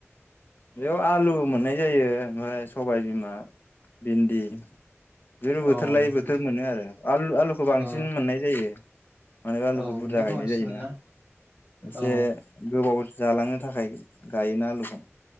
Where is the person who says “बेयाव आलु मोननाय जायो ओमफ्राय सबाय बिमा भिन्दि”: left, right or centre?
Left